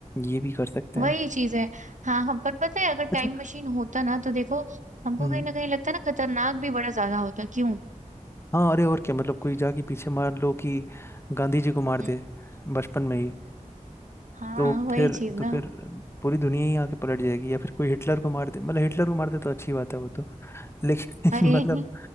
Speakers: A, on the left (about 20°); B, on the right (about 65°).
A: ये भी कर सकते
B: वही
A: हैं
B: चीज है हाँ हम पर पता है अगर टाइम
A: अच्छा
B: मशीन होता ना तो देखो हमको
A: हम्म
B: कहीं ना कहीं लगता ना खतरनाक भी बड़ा ज्यादा होता क्यों
A: हाँ अरे और क्या मतलब कोई जाके पीछे मार लो कि गांधी जी को मार
B: हम्म।
A: दे बचपन में ही
B: हाँ
A: तो
B: वही
A: फिर
B: चीज
A: तो
B: ना
A: फिर पूरी दुनिया ही आके पलट जाएगी या फिर कोई हिटलर को मार दे मतलब हिटलर को मार दे तो अच्छी बात है वो तो लेकिन
B: अरे
A: <laughs> मतलब
B: <laughs>